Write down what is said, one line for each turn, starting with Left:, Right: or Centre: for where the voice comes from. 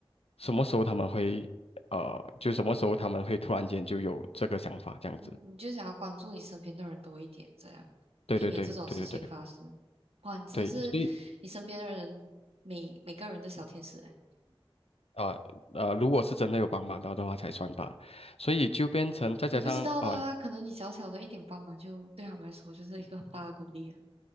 Left: 什么时候他们会呃，就什么时候他们会突然间就有这个想法这样子，
Right: 你就想要关注你身边的人多一点，这样避免这种事情发生。
Left: 对对对对对对
Right: 哇，你真的是你身边的人每每个人的小天使哎，
Left: 对，所以。呃呃，如果是真的有帮忙到的话才算吧，所以就变成再加上呃，
Right: 你不知道的啊，可能你小小的一点帮忙就对他们来说就是一个很大的鼓励啊。